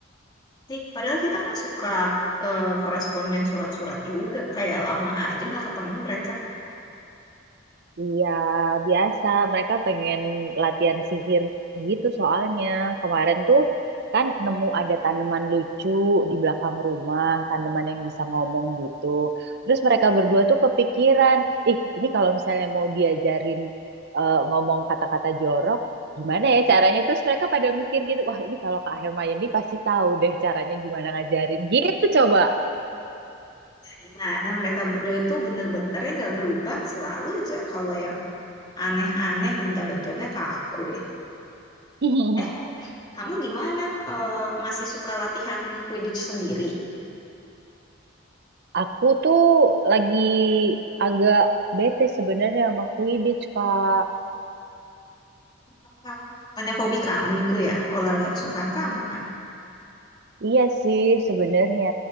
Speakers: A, on the left; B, on the right.
A: sih. Padahal kita kan suka eh, koresponden surat-surat juga. Kayak lama aja nggak ketemu mereka.
B: Iya, biasa. Mereka pengen latihan sihir gitu soalnya. Kemarin tuh kan nemu ada tanaman lucu di belakang rumah, tanaman yang bisa ngomong gitu. Terus mereka berdua tuh kepikiran, ih ini kalau misalnya mau diajarin eh, ngomong kata-kata jorok, gimana ya caranya? Terus mereka pada mikir gitu, wah ini kalau Kak Hermione pasti tahu deh caranya gimana ngajarin gitu coba.
A: Gimana mereka berdua itu bener-benernya nggak berubah selalu aja. Kalau yang aneh-aneh minta bantuannya ke aku deh.
B: <laughs>
A: Eh, kamu gimana? Eh, masih suka latihan Quidditch sendiri?
B: Aku tuh lagi agak bete sebenarnya sama Quidditch, Kak.
A: Apa? Banyak hobi kamu itu ya, olahraga kesukaan kamu kan?
B: Iya sih sebenarnya,